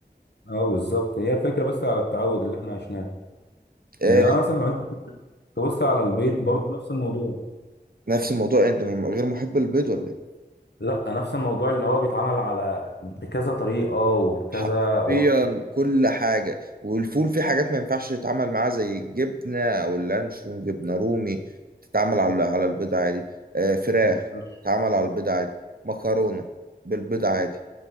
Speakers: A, on the left; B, on the right.
A: أه بالظبط هي فكرة بس على التعود اللي إحنا عشناه
B: آه
A: إنما مثلا لو أنت تبص على البيض برضه نفس الموضوع
B: نفس الموضوع إيه، أنت من غير محب البيض ولا إيه؟
A: لا نفس الموضوع اللي هو بيتعمل على بكذا طريقة وبكذا
B: حرفيا
A: وصفة
B: كل حاجة والفول فيه حاجات ما ينفعش يتعمل معاه زي الجبنة أو اللانشون جبنة رومي تتعمل على على البيض عادي آه فراخ
A: بالظبط
B: تتعمل على البيض عادي مكرونة بالبيض عادي